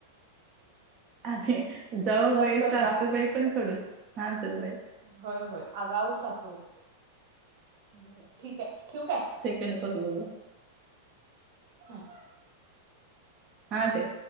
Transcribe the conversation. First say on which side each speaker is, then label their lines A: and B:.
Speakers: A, on the right; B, on the right.
A: आधी जाऊबाई,
B: बर चल
A: सासूबाई
B: बाय
A: पण खडूस हा चल बाय.
B: होय, होय अगाऊ सासूबाई.
A: होय.
B: ठीक आहे ठेऊ काय?
A: त्यांनी कॉल <unintelligible>
B: हम्म.
A: हां ठेव.